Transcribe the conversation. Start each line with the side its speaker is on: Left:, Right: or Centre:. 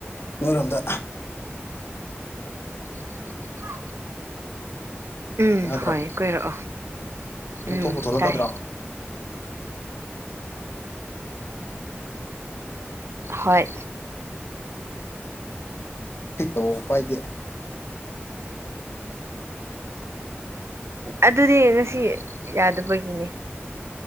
Left: ꯅꯣꯏꯔꯣꯝꯗ
Right: <unintelligible> ꯎꯝ
Left: ꯇꯥꯗ꯭ꯔꯣ
Right: ꯍꯣꯏ ꯀꯣꯏꯔꯛꯑꯣ
Left: ꯅꯪ
Right: ꯎꯝ
Left: ꯊꯣꯛꯄꯨ ꯊꯣꯛꯂꯛꯀꯗ꯭ꯔꯣ
Right: ꯇꯥꯏ
Left: <inaudible>
Right: ꯍꯣꯏ
Left: ꯑꯣꯄꯥꯏꯗꯦ
Right: ꯑꯗꯨꯗꯤ ꯉꯁꯤ ꯌꯥꯗꯕꯒꯤꯅꯦ